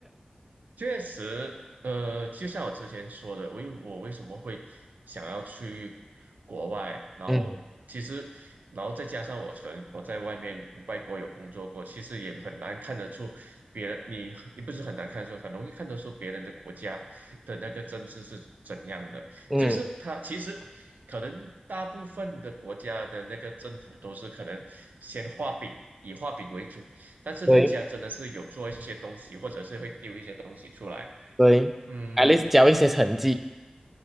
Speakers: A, on the right; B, in the centre.
A: 确实，呃，就像我之前说的，我为我为什么会想要去国外，然后其实，
B: 嗯
A: 然后再加上我曾我在外面外国有工作过，其实也很难看得出别人，你你不是很难看得出，很容易看得出别人的国家的那个政治是怎样的，
B: 嗯，
A: 就是他其实。可能大部分的国家的那个政府都是可能先画饼，以画饼为主，但是人家真的是有做一些东西，
B: 对
A: 或者是会丢一些东西出来。
B: 对
A: 嗯，
B: a l a s t 交一些成绩，